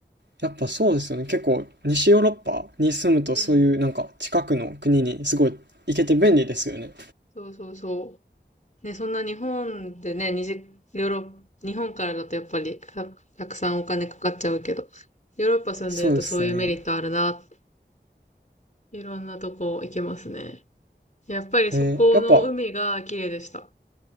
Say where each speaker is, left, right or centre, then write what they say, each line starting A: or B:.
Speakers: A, on the right; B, on the left.
A: やっぱそうですよね。結構、西ヨーロッパに住むと、
B: うん。
A: そういうなんか近くの国にすごい行けて便利ですよね。
B: そうそうそう。ね、そんな日本でね、にじヨーロッ、日本からだとやっぱりた、たくさんお金かかっちゃうけど、ヨーロッパ住んでるとそういうメリットあるなって、
A: そうですね。
B: いろんなとこ行けますね。やっぱりそこの海が綺麗でした。
A: えー、やっぱ